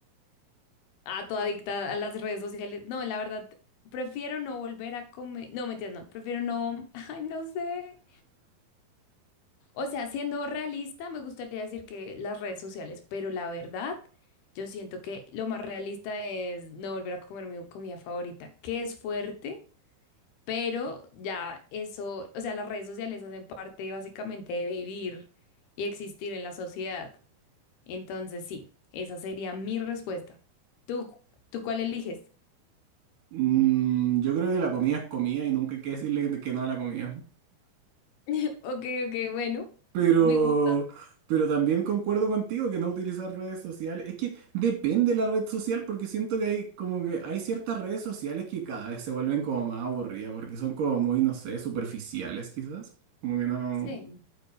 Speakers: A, on the left; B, on the right.
A: Ah, toda adicta a las redes sociales. No, la verdad, prefiero no volver a comer. No, mentiras, no. Prefiero no. <laughs> Ay, no sé. O sea, siendo realista, me gustaría decir que las redes sociales, pero la verdad, yo siento que lo más realista es no volver a comer mi comida favorita, que es fuerte, pero ya eso, o sea, las redes sociales hacen parte básicamente de vivir y existir en la sociedad. Entonces, sí, esa sería mi respuesta. ¿Tú, tú cuál eliges?
B: Mm, yo creo que la comida es comida y nunca hay que decirle que que no a la comida.
A: <laughs> Ok, ok, bueno,
B: Pero,
A: me gusta.
B: pero también concuerdo contigo que no utilizar redes sociales. Es que depende la red social porque siento que hay como que hay ciertas redes sociales que cada vez se vuelven como más aburridas porque son como muy, no sé, superficiales quizás. Como que no.
A: Sí.